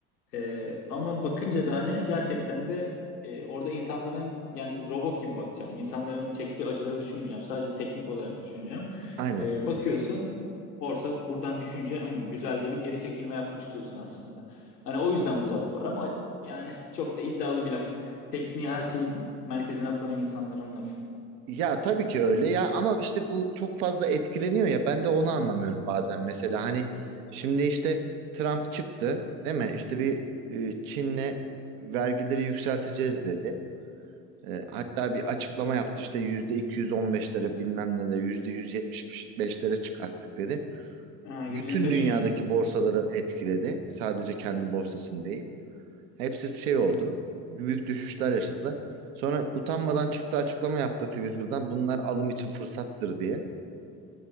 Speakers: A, on the left; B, on the right.
A: Ee, ama bakınca da hani gerçekten de e, orada insanların yani robot gibi bakacağım. İnsanların çektiği acıları düşünmeyeceğim. Sadece teknik olarak düşüneceğim.
B: Aynen.
A: Ee, bakıyorsun borsa buradan düşünce hım, güzel de bir geri çekilme yapmış diyorsun aslında. Hani o yüzden bu laf var ama yani <laughs> çok da iddialı bir laf. Tekniği her şeyin merkezine koyan insanların lafı.
B: Ya tabii ki öyle ya ama işte bu çok fazla etkileniyor ya ben de onu anlamıyorum bazen mesela hani şimdi işte Trump çıktı değil mi? İşte bir e, Çin'le vergileri yükselteceğiz dedi. E, hatta bir açıklama yaptı işte yüzde 215'lere bilmem ne de yüzde 175'lere çıkarttık dedi.
A: Ha, 125
B: Bütün dünyadaki
A: mi?
B: borsaları etkiledi. Sadece kendi borsasını değil. Hepsi şey oldu. Büyük düşüşler yaşadı. Sonra utanmadan çıktı açıklama yaptı Twitter'dan. Bunlar alım için fırsattır diye.